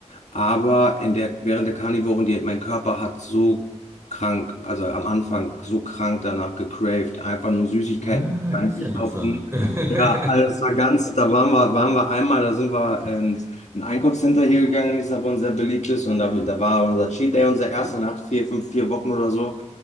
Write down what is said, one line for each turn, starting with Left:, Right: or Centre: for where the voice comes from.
Left: Aber in der, während der Karnivorendiät, mein Körper hat so krank, also am Anfang so krank danach gecraved, einfach nur Süßigkeiten
Right: Ah,
Left: reinzustopfen.
Right: das ist ja interessant. <laughs>
Left: Ja, also das war ganz, da waren wir, waren wir einmal, da sind wir ins ein Einkaufscenter hier gegangen in Lissabon, sehr beliebt ist und da, da war unser Cheat Day, unser erster nach vier, fünf, vier Wochen oder so.